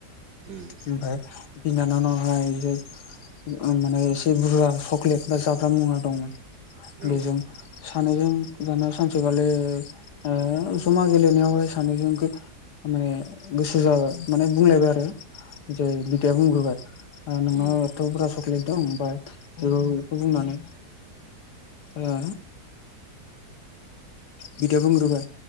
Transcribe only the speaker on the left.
ओमफाय बिनानावनावहाय ओ माने एसे बुरजा चक्लेट बा जाग्रा मुवा दंमोन।
बेजों सानैजों दाना सानसेखालि ओ जमा गेलेनायावहाय सानैजोंखो माने गोसो जाबाय माने बुंलायबाय आरो जाय बिदाया बुंग्रोबाय ओ नोंनाव
ग'थ'फोरा सक्लेत दं बा ओ इखो बुंनानै ओ बिदाया बुंग्रोबाय।